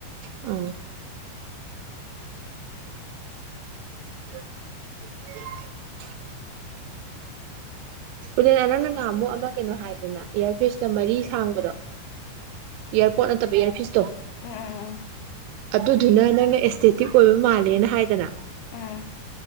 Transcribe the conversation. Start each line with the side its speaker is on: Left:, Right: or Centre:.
Right: ꯑ <unintelligible> ꯄꯨꯅꯦꯅ ꯅꯪ ꯅ ꯉꯍꯥ ꯑꯃꯨꯛ ꯑꯃ ꯀꯩꯅꯣ ꯍꯥꯏꯗꯅ ꯏꯌꯥꯔꯐꯤꯁꯇ ꯃꯔꯤ ꯁꯥꯡꯕꯗꯣ ꯏꯌꯥꯔꯄꯣꯠ ꯅꯠꯇꯕ ꯏꯌꯥꯔꯐꯤꯁꯇꯣ
Left: ꯑꯥ
Right: ꯑꯗꯨꯗꯨꯅ ꯅꯪꯅ ꯑꯦꯁꯊꯦꯇꯤꯛ ꯑꯣꯏꯕ ꯃꯥꯜꯂꯦꯅ ꯍꯥꯏꯗꯅ
Left: ꯎꯝ ꯎꯝ